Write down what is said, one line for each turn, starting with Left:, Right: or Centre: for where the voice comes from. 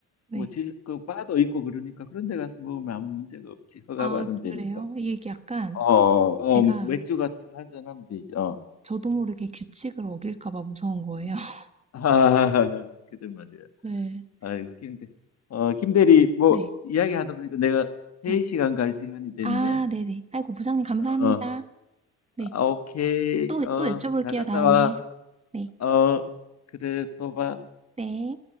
Right: 네.
Left: 뭐, 지, 그, 바도 있고 그러니까 그런 데 가서 먹으면 아무 문제가 없지. 허가받은
Right: 아
Left: 데니까.
Right: 그래요? 이게 약간
Left: 어, 어,
Right: 제가
Left: 맥주 같은 거 한잔하면 되지. 어.
Right: 저도 모르게 규칙을 어길까 봐 무서운 거예요. <laughs>
Left: <laughs> 아, 그래 말이야.
Right: 네.
Left: 아이고, 김대, 어, 김 대리, 뭐,
Right: 네.
Left: 이야기 하다 보니까 내가 회의
Right: 네.
Left: 시간 갈 시간이 됐네.
Right: 아, 네네. 아이고, 부장님 감사합니다.
Left: 어,
Right: 네.
Left: 아, 오케이.
Right: 또,
Left: 어,
Right: 또 여쭤볼게요,
Left: 잘 갔다
Right: 다음에.
Left: 와.
Right: 네.
Left: 어, 그래, 또 봐.
Right: 네.